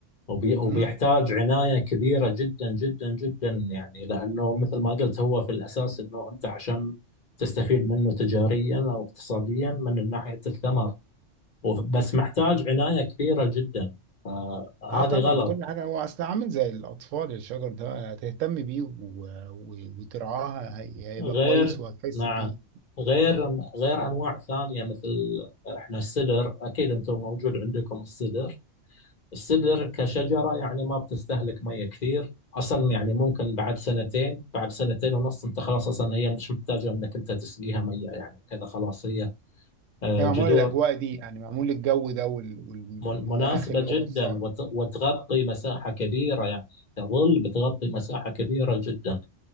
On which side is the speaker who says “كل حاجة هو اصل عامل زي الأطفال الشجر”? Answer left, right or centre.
Right